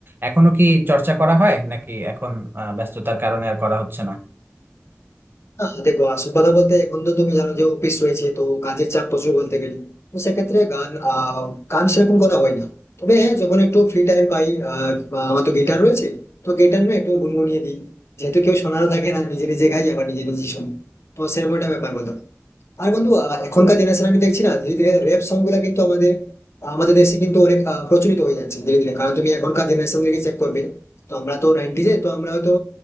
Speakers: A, on the right; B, on the left.
A: এখনো কি চর্চা করা হয় নাকি এখন আহ, ব্যস্ততার কারণে আর করা হচ্ছে না
B: না দেখো আসল কথা বলতে এখন তো তুমি জানো যে অফিস রয়েছে তো কাজের চাপ প্রচুর বলতে গেলে তো সেক্ষেত্রে গান আহ, গান সেরকম করা হয় না তবে হ্যাঁ যখন একটু ফ্রি টাইম পাই আহ, বা আমার তো গিটার রয়েছে তো গিটার না একটু গুনগুনিয়ে দিই যেহেতু কেউ শোনারও থাকে না নিজে নিজে গাই আবার নিজে নিজে শুনি তো সেরকম একটা ব্যাপার বলতে পারো। আর বন্ধু আহ, এখনকার জেনারেশন আমি দেখছি না ধীরে ধীরে র্যাপ সং গুলা কিন্তু আমাদের আমাদের দেশে কিন্তু অনেক আহ, প্রচলিত হয়ে যাচ্ছে ধীরে ধীরে কারণ তুমি এখনকার জেনারেশন থেকে চেক করবে তো আমরা তো নাইনটিজে তো আমরা হয়তো